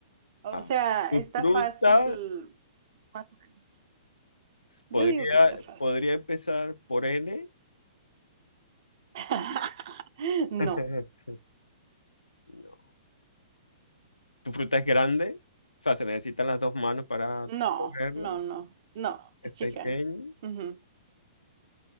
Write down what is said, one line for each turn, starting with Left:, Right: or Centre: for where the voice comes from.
Right: o
Left: a
Right: sea,
Left: ver. Tu
Right: está
Left: fruta
Right: fácil, más o menos. Yo
Left: podría,
Right: digo que está fácil.
Left: podría empezar por N.
Right: <laughs> No,
Left: <laughs> No. Tu fruta es grande. O sea, se necesitan las dos manos para
Right: no,
Left: cogerla.
Right: no, no, no,
Left: Es
Right: es chica.
Left: pequeña.
Right: Ujú.